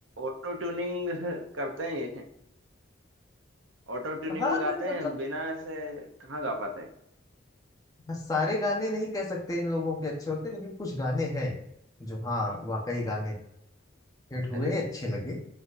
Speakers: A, on the right; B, on the left.
A: ऑटो ट्यूनिंग करते हैं ये ऑटो ट्यूनिंग
B: हाँ
A: में गाते
B: नहीं मतलब
A: हैं बिना ऐसे कहाँ गा पाते हैं
B: सारे गाने नहीं कह सकते इन लोगों के अच्छे होते लेकिन कुछ गाने हैं जो हाँ
A: हाँ।
B: वाकई गाने हिट हुए
A: अरे
B: अच्छे लगे